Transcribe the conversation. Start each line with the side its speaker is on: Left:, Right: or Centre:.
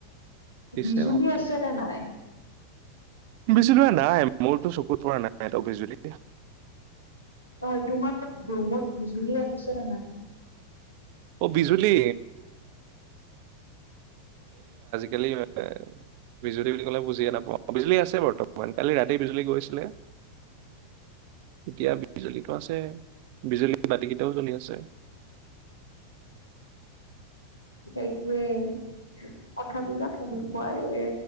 Right: দিছে
Left: বিজুলী
Right: ভালকে
Left: আছেনে নাই?
Right: বিজুলী নাই মোৰতো চকুত পৰা নাই ত বিজুলী
Left: হয়, তোমাৰ? ৰুমত বিজুলী আছে নাই?
Right: অ বিজুলী গেল ম। বিজুলী বুলি ক'লে বুজিয়ে নাপাওঁ বিজুলী আছে বৰ্তমান কালি ৰাতি বিজুলী গৈছিলে। এতিয়া বিজুলীটো আছে বিজুলী বাতি কেইটাও জ্বলি আছে।
Left: সেইটোয়ে। কথাবিলাক সেনেকুৱায়ে